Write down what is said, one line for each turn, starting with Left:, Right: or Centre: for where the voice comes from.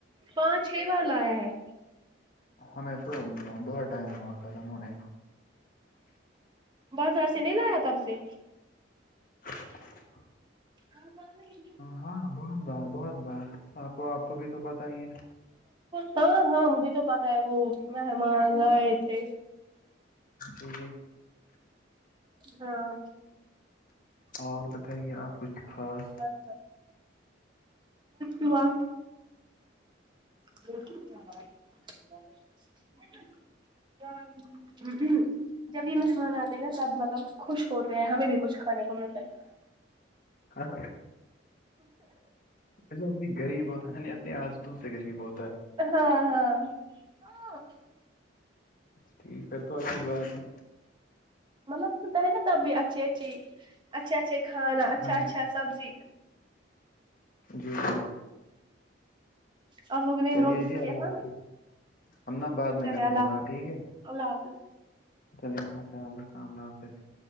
Right: پانچ چھ بار لایا ہے
Left: ہمیں تو بہت ٹائم ہوا ختم ہونے تو
Right: بازار سے نہیں لایا تب سے
Left: <unintelligible>
Right: ک ب
Left: ہاں بہت بار بہت بار آپ کو آپ کو بھی تو پتا ہی ہے
Right: ہاں ہاں مجھے تو پتاہ ہے وہ مہمان رائٹ ہے
Left: جی جی
Right: ہاں
Left: اور بتائیے آپ کچھ خاص
Right: بس دعا ہ جب یہ مہمان آتے ہیں نا تب مطلب خوش ہوتے ہیں ہمیں بھی کچھ کھانے کو ملتا ہے
Left: ہاں مطلب آدمی غریب ہوتا ہے نہیں اپنے عادتوں سے غریب ہوتا ہے
Right: ہاں ہاں
Left: ٹھیک ہے یہ تو اچھی بات ہے
Right: مطلب سنتا ہے نا تب بھی اچھی اچھی اچھے اچھے کھانا اچھا
Left: ہاں جی
Right: اچھا سبزی
Left: جی جی
Right: اور لوگوں نے
Left: چلیے
Right: نوٹس
Left: جی
Right: کیا
Left: اللہ
Right: تھا
Left: حافظ ہم نا بعد میں
Right: چلے
Left: کرتے
Right: اللہ
Left: ہے بات ٹھیک ہے
Right: اللہ حافظ
Left: چلیے اپنا خیال رکھنا اللہ حافظ